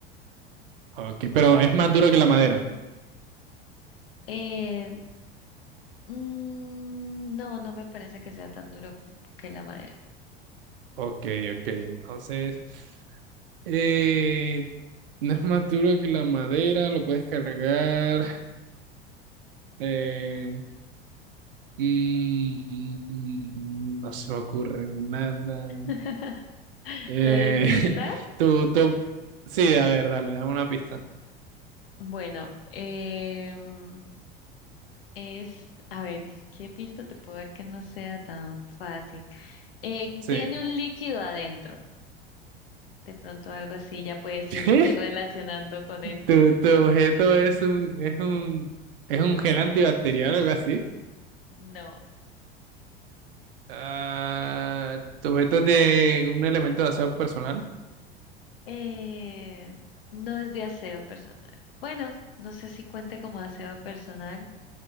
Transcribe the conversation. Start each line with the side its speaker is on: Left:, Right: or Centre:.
Right: Ok, pero es más duro que la madera.
Left: Eh, mm, no, no me parece que sea tan duro que la madera.
Right: ok, ok. Entonces, eh, No es más duro que la madera, lo puedes cargar. eh, mm, mm, no se me ocurre nada.
Left: <laughs>
Right: Eh,
Left: ¿Te doy pistas?
Right: <laughs> tú, tú, sí, a ver, dale, dame una pista.
Left: Bueno, em, es, a ver, ¿qué pista te puedo dar que no sea tan fácil? Eh,
Right: Sí.
Left: tiene un líquido adentro. De pronto algo así ya puedes
Right: <laughs> <laughs>
Left: irte relacionando con eso.
Right: Tu, tu objeto es un, es un, es un gel
Left: <clears throat>
Right: antibacterial o algo así.
Left: No.
Right: Ah, tu objeto es de un elemento de aseo personal.
Left: Eh, no es de aseo personal. Bueno, no sé si cuente como aseo personal.